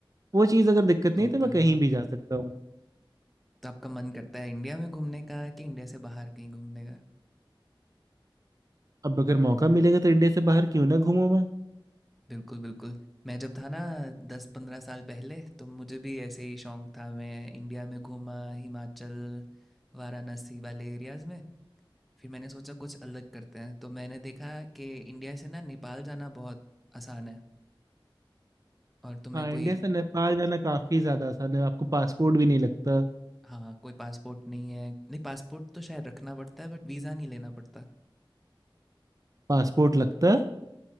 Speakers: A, in the centre; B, on the right.
A: हाँ।
B: वो चीज़ अगर दिक्कत
A: तो
B: नहीं
A: होता
B: है, तो मैं
A: है
B: कहीं
A: हाँ
B: भी जा सकता
A: तो आपका मन करता है इंडिया में घूमने का कि इंडिया से बाहर कहीं घूमने का
B: अब अगर मौका मिलेगा तो इंडिया से बाहर क्यों ना घूमूं मैं
A: बिल्कुल बिल्कुल मैं जब था ना दस पंद्रह साल पहले तो मुझे भी ऐसे ही शौक था मैं इंडिया में घूमा हिमाचल वाराणसी वाले एरियाज में फिर मैंने सोचा कुछ अलग करते हैं तो मैंने देखा कि इंडिया से ना नेपाल जाना बहुत आसान है और तुम्हें
B: हाँ इंडिया
A: कोई
B: से नेपाल जाना काफी ज्यादा आसान है आपको पासपोर्ट भी नहीं लगता
A: हाँ, कोई पासपोर्ट नहीं है। नहीं पासपोर्ट तो शायद रखना पड़ता है बट वीज़ा नहीं लेना पड़ता।
B: पासपोर्ट लगता है